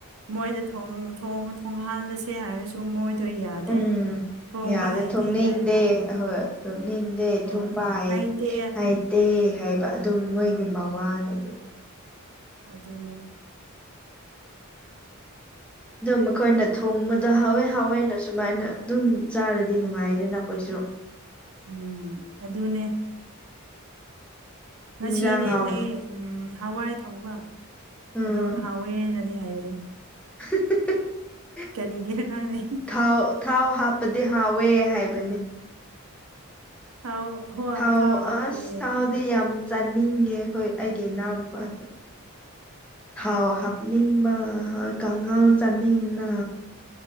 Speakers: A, on the right; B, in the centre.
A: ꯃꯣꯏꯗ ꯊꯣꯡꯍꯥꯜꯂꯁꯦ ꯍꯥꯏꯔꯁꯨ ꯃꯣꯏ ꯑꯗꯨꯣꯏ ꯌꯥꯗꯦ
B: ꯎꯝ
A: ꯊꯣꯡꯕ
B: ꯌꯥꯗꯦ
A: ꯍꯩꯇꯦ
B: ꯊꯣꯡꯅꯤꯡꯗꯦ
A: ꯀꯥꯏꯅ
B: ꯑꯍꯣꯏ ꯊꯣꯛꯣꯡꯅꯤꯡꯗꯦ
A: ꯍꯣꯏ
B: ꯊꯨꯝꯕ
A: ꯍꯩꯇꯦ
B: ꯍꯥꯏꯇꯦ ꯍꯥꯏꯕ ꯑꯗꯨ ꯃꯣꯏꯒꯤ ꯃꯋꯥꯅꯤꯗꯤ
A: ꯑꯗꯨ ꯑꯗꯨꯅꯦ
B: ꯑ ꯃꯈꯣꯏꯅ ꯊꯣꯡꯕꯗ ꯍꯥꯎꯋꯦ ꯍꯥꯎꯋꯦꯅ ꯁꯨꯃꯥꯏꯅ ꯑꯗꯨꯝ ꯆꯥꯔꯗꯤ ꯅꯨꯡꯉꯥꯏꯗꯅꯈꯣꯏꯁꯨ <unintelligible>
A: ꯎꯝ ꯑꯗꯨꯅꯦ ꯉꯁꯤꯗꯤ
B: ꯏꯟꯖꯥꯡ ꯍꯥꯎꯕ
A: ꯑꯩ ꯍꯋꯥꯏ ꯊꯣꯡꯕ
B: ꯎꯝ
A: ꯑꯣ ꯍꯥꯎꯋꯦꯅ ꯍꯥꯏꯕꯗꯤ
B: <unintelligible>
A: ꯀꯔꯤꯒꯤꯔꯀꯥꯡꯦ
B: ꯊꯥꯎ ꯊꯥꯎ ꯍꯥꯞꯄꯗꯤ ꯍꯥꯎꯋꯦ ꯍꯥꯏꯕꯅꯤ
A: ꯊꯥꯎ ꯍꯣꯏ
B: ꯊꯥꯎ
A: ꯍꯥꯞꯄꯦ
B: ꯑꯁ ꯊꯥꯎꯗꯤ ꯌꯥꯝ ꯆꯥꯅꯤꯡꯉꯦ ꯑꯩꯈꯣꯏ ꯑꯩꯒꯤ ꯏꯅꯥꯎꯅꯨꯄꯥꯁꯦ ꯊꯥꯎ ꯍꯥꯞꯅꯤꯡꯕ ꯀꯥꯡꯉꯥꯎ ꯆꯥꯅꯤꯡꯅ